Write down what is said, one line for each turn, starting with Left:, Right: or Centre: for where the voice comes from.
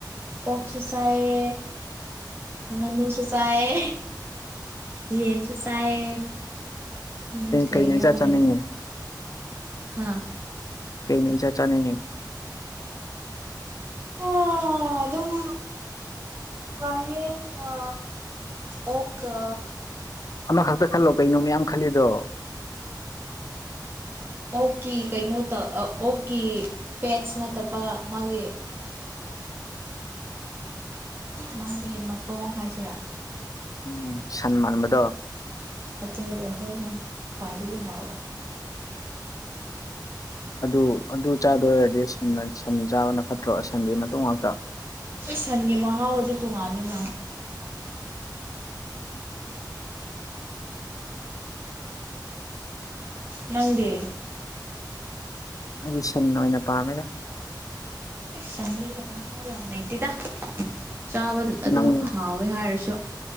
Right: ꯑꯣꯛꯁꯨ ꯆꯥꯌꯦ ꯉꯅꯨꯁꯨꯨ ꯆꯥꯌꯦ ꯌꯦꯟꯁꯨꯨ ꯆꯥꯌꯦ ꯎꯝ ꯀꯩ
Left: ꯀꯩꯅ
Right: ꯌꯥꯎꯔꯤ
Left: ꯏꯆꯥ ꯆꯥꯅꯤꯡꯉꯤ
Right: ꯍꯥꯥ
Left: ꯀꯩꯅ ꯏꯆꯥ ꯆꯥꯅꯤꯡꯉꯤ
Right: ꯑꯗꯨꯝ ꯋꯥ ꯌꯦꯟꯒ ꯑꯣꯛꯀ
Left: ꯑꯃꯈꯛꯇ ꯈꯜꯂꯣ ꯀꯩꯅꯣ ꯃꯌꯥꯝ ꯈꯜꯂꯤꯗꯣ
Right: ꯑꯣꯛꯀꯤ ꯀꯩꯅꯣ ꯇ ꯑꯣꯛꯀꯤ ꯄꯦꯠꯁ ꯅꯠꯇꯕ ꯃꯥꯒꯤ ꯃꯥꯒꯤ ꯃꯇꯣꯡ ꯍꯥꯏꯁꯤꯔꯥ
Left: ꯎꯝ ꯁꯟ ꯃꯥꯟꯕꯗꯣ
Right: ꯑꯗꯨꯅ ꯍꯦꯟꯅꯥ ꯈꯋ꯭ꯥꯏꯗꯒꯤ ꯍꯥꯎꯏ
Left: ꯑꯗꯨ ꯑꯗꯨ ꯆꯥꯗꯣꯏ ꯑꯣꯏꯔꯗꯤ ꯁꯟꯅ ꯁꯟ ꯆꯥꯕꯅ ꯐꯠꯇ꯭ꯔꯣ ꯁꯟꯗꯤ ꯃꯇꯣꯡ ꯉꯥꯛꯇ
Right: ꯁꯟꯒꯤ ꯃꯍꯥꯎꯒꯗꯤ ꯇꯣꯉꯥꯟꯂꯦꯗ <inaudible> ꯅꯪꯗꯤ
Left: ꯑꯩꯗꯤ ꯁꯟꯅ ꯑꯣꯏꯅ ꯄꯥꯝꯃꯦꯗ
Right: ꯑ ꯁꯟꯗꯤ ꯌꯥꯝ ꯃꯍꯥꯎ ꯌꯥꯝ ꯂꯩꯇꯦꯗ ꯆꯥꯕ ꯑꯗꯨꯝ
Left: ꯅꯪ
Right: ꯍꯥꯎꯋꯦ ꯍꯥꯏꯔꯁꯨ